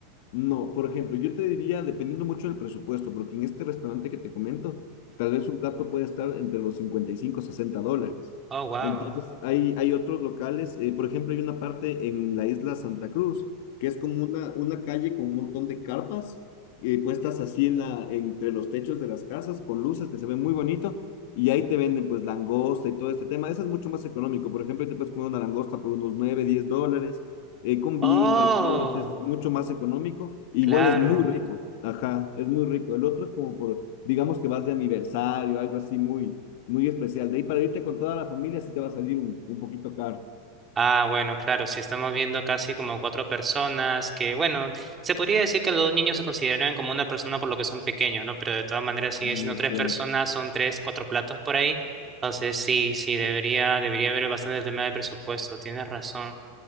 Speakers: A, on the left; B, on the right.
A: No, por ejemplo, yo te diría, dependiendo mucho del presupuesto, porque en este restaurante que te comento, tal vez un plato puede estar entre los 55 y 60 dólares.
B: Oh, wow.
A: Entonces, hay, hay otros locales, eh, por ejemplo, hay una parte en la isla Santa Cruz, que es como una, una calle con un montón de carpas eh, puestas así en la, entre los techos de las casas, con luces que se ven muy bonito, y ahí te venden pues langosta y todo este tema. Eso es mucho más económico. Por ejemplo, ahí te puedes comer una langosta por unos 9, 10 dólares eh, con vino
B: Oh,
A: y todo, es, es mucho más económico. e
B: claro.
A: Igual es muy rico, ajá, es muy rico. El otro es como por, digamos que vas de aniversario, algo así muy, muy especial. De ahí para irte con toda la familia sí te va a salir un, un poquito caro.
B: Ah, bueno, claro, si estamos viendo casi como cuatro personas que, bueno, se podría decir que los dos niños se consideran como una persona por lo que son pequeños, ¿no? Pero de todas maneras siguen
A: Mm,
B: siendo tres
A: claro.
B: personas, son tres, cuatro platos por ahí. Entonces sí, sí, debería, debería haber bastante el tema del presupuesto, tienes razón.